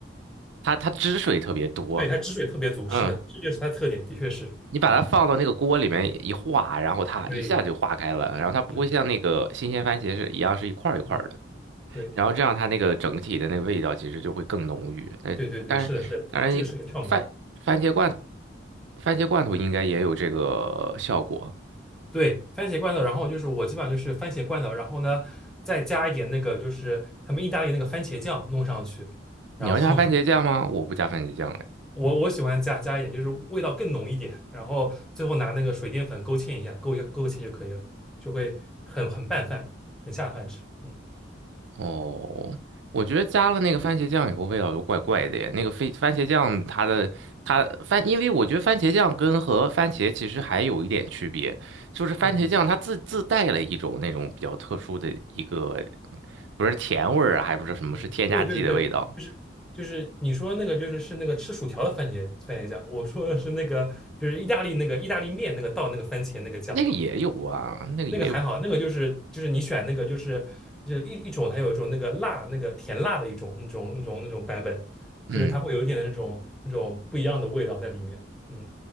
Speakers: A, on the right; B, in the centre.
A: 它它汁水特别多，
B: 对，它汁水特别足，
A: 嗯。
B: 是的，这就是它特点，的确是，
A: 你把它放到那个锅里面一化，
B: 嗯，
A: 然后它一下就化开了，
B: 对，
A: 然后它不会像那个新鲜番茄是一样是一块儿一块儿的，
B: 是的，嗯，对，
A: 然后这样它那个整体的那个味道其实就会更浓郁。呃，
B: 对对对，
A: 当然，
B: 是的，是的，
A: 当然你番番茄罐
B: 这个是个窍门。
A: 番茄罐头应该也有这个效果。
B: 对，番茄罐头，然后就是我基本上就是番茄罐头，然后呢再加一点那个就是他们意大利那个番茄酱弄上去，然后
A: 你要加番茄酱吗？
B: <laughs>
A: 我不加番茄酱
B: 我我喜欢加加一点，就是味道更浓一点，然后最后拿那个水淀粉勾芡一下，勾一下勾芡就可以了，就会很很拌饭，很下饭吃。嗯
A: 哦，我觉得加了那个番茄酱以后，味道就怪怪的耶。那个非番茄酱它的它番，因为我觉得番茄酱跟和番茄其实还有一点区别，就是番茄酱它自自带了一种那种比较特殊的一个，
B: 嗯
A: 不是甜味儿啊，还不是什么，
B: 嗯，
A: 是添加剂的味道。
B: 对对对，就是就是你说那个就是是那个吃薯条的番茄番茄酱，我说的是那个就是意大利那个意大利面那个倒那个番茄那个酱。
A: 那个也有啊，那个也有，
B: 那个还好，那个就是就是你选那个就是就是一一种，它有一种那个辣那个甜辣的一种那种那种那种版本，
A: 嗯，
B: 就是它会有一点的那种那种不一样的味道在里面。嗯